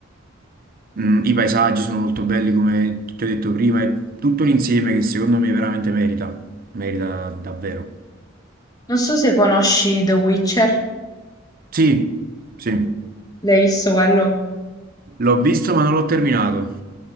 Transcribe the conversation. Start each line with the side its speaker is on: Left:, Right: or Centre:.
Right: mm, i paesaggi sono molto belli, come ti ho detto prima, è tutto l'insieme che secondo me veramente merita, merita davvero.
Left: Non so se conosci The Witcher.
Right: Sì, sì,
Left: L'hai visto quello?
Right: l'ho visto ma non l'ho terminato.